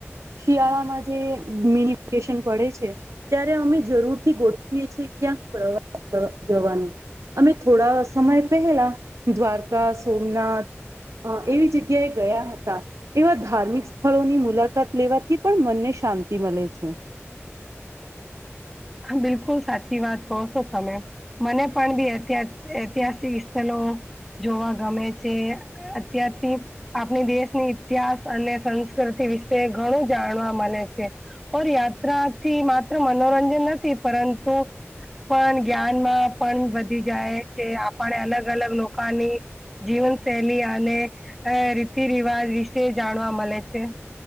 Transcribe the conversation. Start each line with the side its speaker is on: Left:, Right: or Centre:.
Right: શિયાળામાં જે મિલીિકેશન પડે છે. ત્યારે અમે જરૂર થી ગોઠવીએ છીએ ક્યાંક પ્રવાસ જવાનું. અમે થોડા સમય પહેલા દ્વારકા સોમનાથ. અ એવી જગ્યાએ ગયા હતા. એવા ધાર્મિક સ્થળોની મુલાકાત લેવાથી પણ મનને શાંતિ મળે છે.
Centre: ા બિલકુલ સાચી વાત કહો છો તમે. મને પણ બી ઐતિહાસિક સ્થળ. જોવા ગમે છે અત્યારથી. આપણી દેશની ઇતિહાસ અને સંસ્કૃતિ વિશે ઘણું જાણવા મળે છે. ઓર યાત્રાથી માત્ર મનોરંજન નથી પરંતુ. પણ જ્ઞાન માં પણ વધી જાય છે આપણે અલગ અલગ લોકોની. જીવન શૈલી અને રીતિ રિવાજ વિશે જાણવા મળે છે.